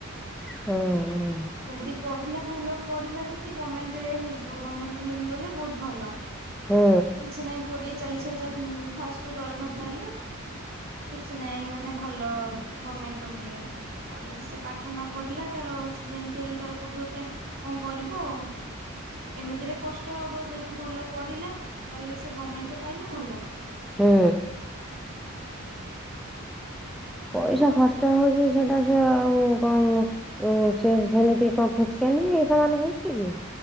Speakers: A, in the centre; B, on the right.
A: ହୁଁ ହୁଁ।
B: ଯଦି ପଢିଲା ଭଲ ପଢିଲା ଯଦି ଗଭର୍ଣ୍ଣମେଣ୍ଟରେ ହେଇଯିବ ଗଭର୍ଣ୍ଣମେଣ୍ଟ ରେ ମିଲିଗଲେ ବହୁତ ଭଲ
A: ହୁଁ।
B: କିଛି ନାହିଁ କୋଡିଏ ଚାଳିଶ ହଜାର ଫାଷ୍ଟ ରୁ ଦରମା ପାଇଲେ କିଛି ନାହିଁ ମାନେ ଭଲ ଗଭମେଣ୍ଟର ମିଳିଗଲେ ଆଉ ଯଦି ସେ ପାଠ ନ ପଢିଲା ତାର ସେ ଯେମିତି ହେଲେ ତାର କୋଠି ଗୋଟେ କଣ କରିବୁ ଆଉ। ଏମିତିରେ କଷ୍ଟ ହବ ଯଦି ଭଲ ପଢିଲା ତାହେଲେ ସେ ଗଭର୍ଣମେଣ୍ଟରେ ପାଇଲେ ଭଲ।
A: ହୁଁ। ପଇସା ଖର୍ଚ୍ଚ ହଉଛି ସେଟା ସେ ଆଉ କଣ ସେ ସେମିତି କଣ ଫେଚକାନି ସେମାନେ ହେଛି